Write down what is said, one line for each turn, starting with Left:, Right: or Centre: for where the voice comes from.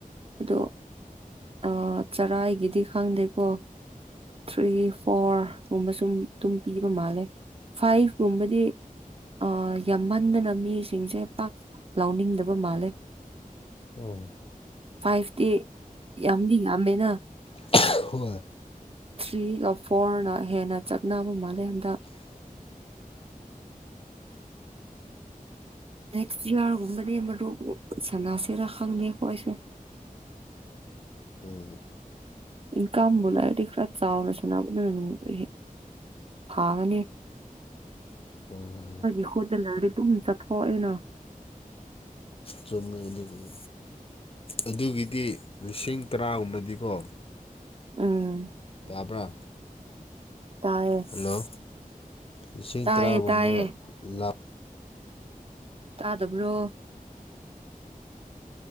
Right: ꯑꯗꯣ꯫ ꯑ ꯆꯔꯥꯥꯏꯒꯤꯗꯤ ꯈꯪꯗꯦꯀꯣ꯫ ꯊ꯭ꯔꯤ ꯐꯣꯔꯒꯨꯝꯕ ꯁꯨꯝ ꯑꯗꯨꯝ ꯄꯤꯕ ꯃꯥꯜꯂꯦ꯫ ꯐꯥꯏꯚ ꯀꯨꯝꯕꯗꯤ ꯑ ꯌꯥꯝꯃꯟꯗꯅ ꯃꯤꯁꯤꯡꯁꯦ ꯄꯥꯛ ꯂꯧꯅꯤꯡꯗꯕ ꯃꯥꯜꯂꯦ꯫
Left: ꯎꯝ
Right: ꯐꯥꯏꯚꯇꯤ ꯌꯥꯝꯗꯤ ꯌꯥꯝꯃꯦꯅ꯫
Left: <unintelligible>
Right: ꯊ꯭ꯔꯤꯒ ꯐꯣꯔꯅ ꯍꯦꯟꯅ ꯆꯠꯅꯕ ꯃꯥꯜꯂꯦ ꯍꯟꯗꯛ꯫ ꯅꯦꯛꯁ ꯏꯌꯔꯒꯨꯝꯕꯗꯤ ꯃꯔꯨꯞ ꯁꯥꯟꯅꯁꯤꯔꯥ ꯈꯪꯗꯦ ꯑꯈꯣꯏꯁꯨ
Left: ꯎꯝ
Right: ꯏꯟꯀꯝꯕꯨ ꯂꯩꯔꯗꯤ ꯈꯔ ꯆꯥꯎꯅ ꯁꯥꯟꯅꯕꯗꯨꯅ ꯍꯦ ꯐꯥꯒꯅꯤ꯫
Left: ꯍꯣꯏ ꯍꯣꯏ
Right: ꯏꯈꯨꯠꯗ ꯂꯩꯔꯗꯤ ꯗꯨꯝ ꯆꯠꯊꯣꯛꯏꯅꯥ꯫
Left: ꯆꯨꯝꯃꯦ ꯑꯗꯨꯒꯤ ꯑꯗꯨꯒꯤꯗꯤ ꯂꯤꯁꯤꯡ ꯇꯔꯥꯒꯨꯝꯕꯗꯤꯀꯣ
Right: ꯎꯝ
Left: ꯇꯥꯕ꯭ꯔꯥ꯫
Right: ꯇꯥꯏꯌꯦ
Left: ꯍꯜꯂꯣ ꯂꯤꯁꯤꯡ
Right: ꯇꯥꯏꯌꯦ
Left: ꯇꯔꯥꯒꯨꯝꯕ
Right: ꯇꯥꯏꯌꯦ
Left: ꯂꯥꯛ
Right: ꯇꯥꯗꯕ꯭ꯔꯣ꯫